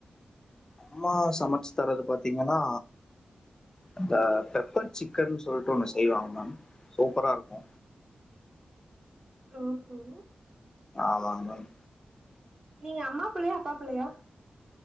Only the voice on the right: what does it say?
ஓஹோ
நீங்க அம்மா புள்ளையா அப்பா புள்ளையா